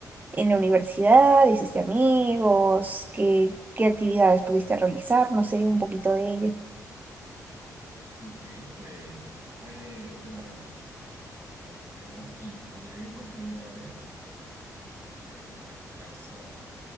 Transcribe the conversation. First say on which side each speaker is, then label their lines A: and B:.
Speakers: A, on the right (about 25°); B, on the right (about 40°).
A: en la universidad, hiciste amigos, qué, qué actividades pudiste realizar, no sé, un poquito de ello.
B: Ok, pues fue una aventura completamente nueva y cuando llegué por primera vez, eh, llegué y me quedé en una casa